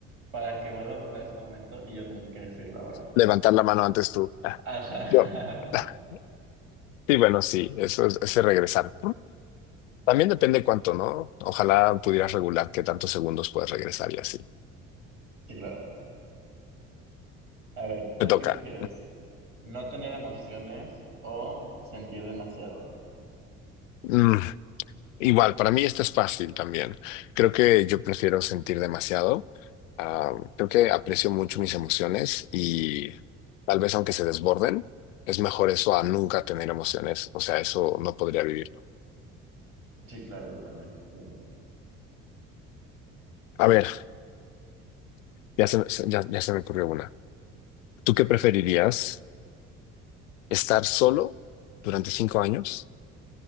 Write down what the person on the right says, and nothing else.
para que vuelva a pasar ese momento y yo tengo que decirlo ahora.
Ajá.
<laughs>
Sí, claro. A ver, ¿tú
qué prefieres? ¿No tener emociones o sentir demasiado?
Sí, claro, yo también. Sí, no.